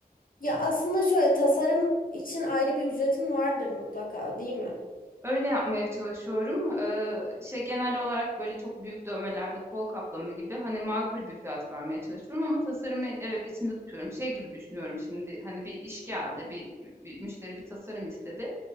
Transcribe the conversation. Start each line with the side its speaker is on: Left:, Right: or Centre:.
Left: Ya aslında şöyle tasarım için ayrı bir ücretin vardır mutlaka değil mi?
Right: Öyle yapmaya çalışıyorum. Eee, şey genel olarak böyle çok büyük dövmelerde kol kaplama gibi hani makul bir fiyat vermeye çalışıyorum ama tasarımı evet içinde tutuyorum. Şey gibi düşünüyorum şimdi hani bir iş geldi bir, bir müşteri bir tasarım istedi.